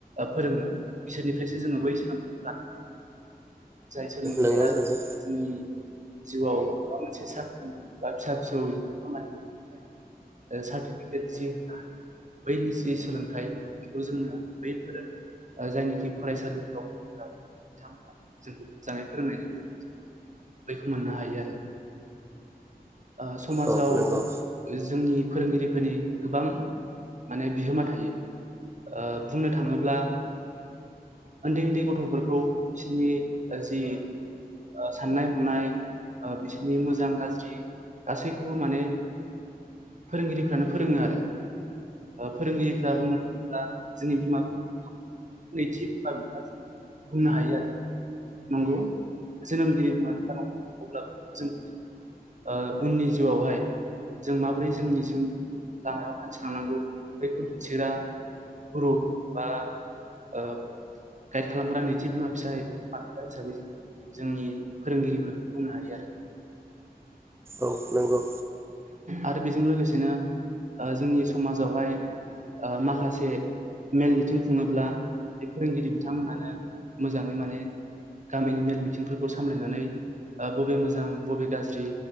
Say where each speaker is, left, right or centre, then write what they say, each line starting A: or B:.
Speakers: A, on the right; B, on the right.
A: फोरोङो बिसोरनिफ्रायसो जोङो बै सोलोंथाइखौ लानो हायो। जाय सोलोंथाइया
B: नंगौ नंगौ
A: जोंनि जिउआव माबा मोनसे साख्रि बा फिसा फिसौ खामानि सार्टिफिकेट जि होनो हायो बैनि जि सोलोंथाइ बेखौ जोङो बैफोरो ओ जायनिखि फरायसालिफ्राव <unintelligible> फोरोंगिरि बिथांमोना जोंखौ मोजाङै फोरोंनायनि गेजेरजों बैखौ मोननो हायो आरो। ओ समाजाव
B: औ नंगौ
A: जोंनि फोरोंगिरिफोरनि गोबां माने बिहोमा थायो। ओ बुंनो थाङोब्ला ओनदै ओनदै गथ'फोरखौ बिसोरनि जि ओ साननाय हनाय ओ बिसोरनि मोजां गाज्रि गासैखौबो माने फोरोंगिरिफ्रानो फोरोङो आरो। ओ फोरोंगिरिफ्रा बुंनो थाङोब्ला जोंनि बिमा बिफानि नैथि बिमा बिफा जों बुंनो हायो आरो। नंगौ जोनोमगिरि बिमा बिफा नङा अब्लाबो जों ओ उननि जिउआवहाय जों माबोरै जोंनि जिउ लामायाव हान्थिलांनांगौ बैखौ दिन्थिग्रा गुरु बा ओ गाइद खालामग्रा नैथि बिमा फिसाय हिसाबै जोंनि फोरोंगिरिफोरखौ बुंनो हायो आरो।
B: औ नोंगौ।
A: आरो बेजों लोगोसेनो ओ जोंनि समाजावहाय ओ माखासे मेल मिथिं खुङोब्ला बे फोरोंगिरि बिथांमोनानो मोजाङै माने गामिनि मेल मिथिंफोरखौ सामलायनानै ओ बबे मोजां बबे गाज्रि